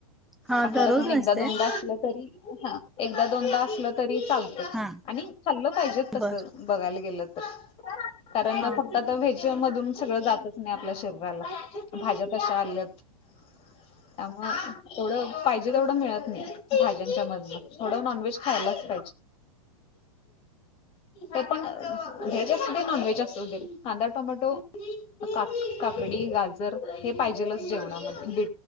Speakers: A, in the centre; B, on the left.
A: हा
B: आठवड्यातुून
A: दररोज
B: एकदा
A: नसते
B: दोनदा असलं तरी हा एकदा दोनदा असल तरी चाल चाल
A: हा
B: पाहिजे त
A: बर
B: बघायला गे तर कारण
A: हा
B: फक्त
A: हा
B: सगळ जात नाही आपल्या शरी भाज्याश आल्या त्यामुळेड पाहिजे तेढ मिळत नाही भा मध डॉनवज खायलाजेण वज अस नन वज अस टमॅटो का काकडी गाजर हे पाहिजेलच जेवणामध्ये